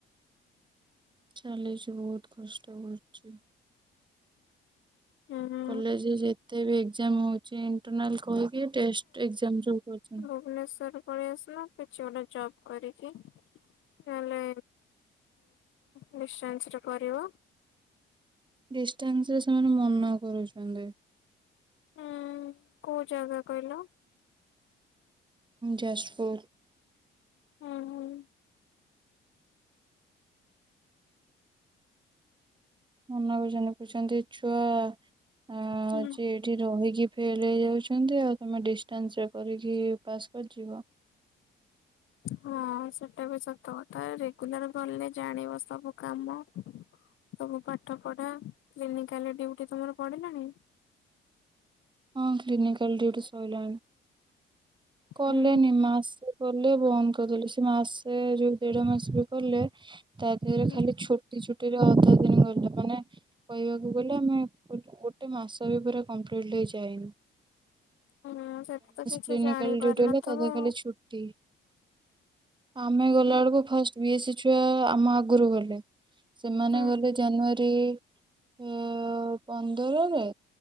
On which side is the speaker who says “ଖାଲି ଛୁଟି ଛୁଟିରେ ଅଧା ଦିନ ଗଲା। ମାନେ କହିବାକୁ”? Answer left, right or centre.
Right